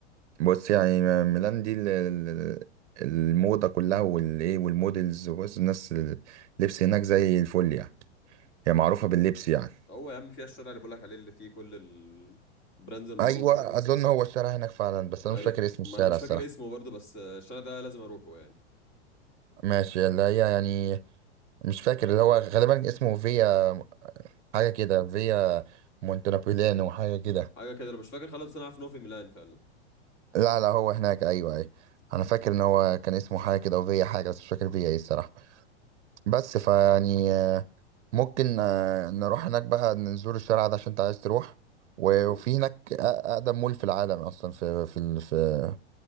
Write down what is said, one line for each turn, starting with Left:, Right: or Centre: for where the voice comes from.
Right: بص يعني م- ميلان دي ال- ال- الموضة كلها والايه والمودلز وبص الناس اللبس هناك زي الفل يعني هي معروفة باللبس يعني
Left: هو يا عم فيها الشارع اللي بقولك عليه اللي فيه كل البراندز المعروفة
Right: ايوه
Left: دي
Right: اظن هو الشارع هناك فعلا بس انا
Left: أيوة
Right: مش فاكر اسم الشارع
Left: ما أنا مش
Right: الصراحة
Left: فاكر اسمه برضه بس الشارع ده لازم أروحه يعني
Right: ماشي اللي هي يعني مش فاكر اللي هو غالبا اسمه فيا حاجة كده فيا مونتنابوليانو حاجة كده
Left: حاجة كده أنا مش فاكر خالص بس أنا عارف إن هو في ميلان فعلا
Right: لا لا هو هناك ايوه ايوه انا فاكر ان هو كان اسمه حاجة كده وفيا حاجة بس مش فاكر فيا ايه الصراحة بس فيعني آه، ممكن آه، نروح هناك بقى نزور الشارع ده عشان انت عايز تروح و-
Left: حلو
Right: وفي هناك أ- اقدم مول في العالم اصلا في في ال- في